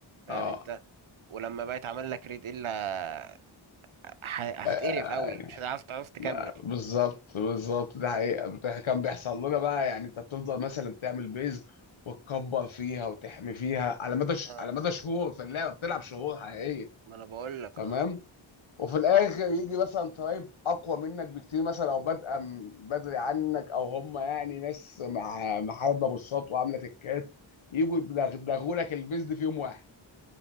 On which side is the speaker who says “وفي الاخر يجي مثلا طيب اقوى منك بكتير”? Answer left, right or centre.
Left